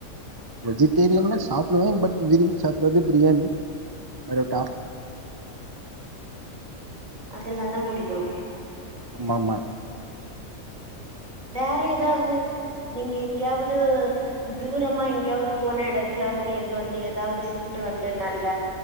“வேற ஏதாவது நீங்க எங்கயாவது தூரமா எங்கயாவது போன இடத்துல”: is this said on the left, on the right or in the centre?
Right